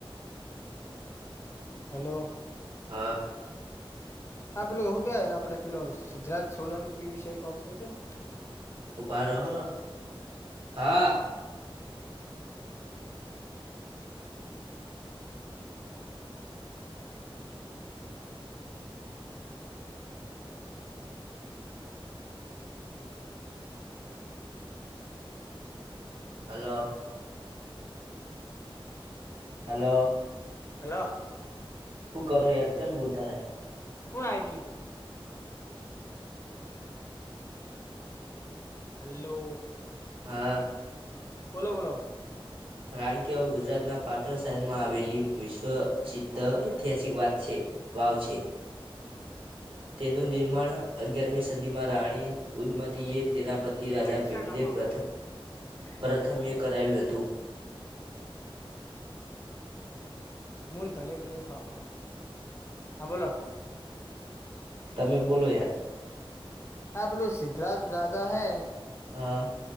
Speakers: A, on the left; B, on the right.
A: હલો
B: હા
A: આ પેલું હું કેવાય આપડે પેલો સિદ્ધરાજ સોલંકી વિશે કોક કહી દોને.
B: ઉભા રોહો હા. હલો હલો
A: હલો
B: હું કરો યાર ચમ બોલતા નહીં.
A: કુણ આઈજ્યું તું? હલ્લો
B: હા
A: બોલો બોલો ભઈ.
B: રાણકીવાવ ગુજરાતના પાટણ શહેરમાં આવેલી વિશ્વસિદ્ધ ઐતિહાસિક વાત છે. વાવ છે. તેનું નિર્માણ અગયારમી
A: એવું
B: સદીમાં રાણી ઉદમતીએ તેના પ તિ રાજા
A: પૈસા
B: ભીમદેવ
A: કમાવા
B: પ્રથમ-પ્રથમ્ય
A: હોય વાતો કરવા
B: કરાવ્યું હતું.
A: મું તલે બેજ હ હ હા બોલો.
B: તમે બોલો યાર.
A: હા પેલો સિદ્ધરાજ રાજા હે
B: હા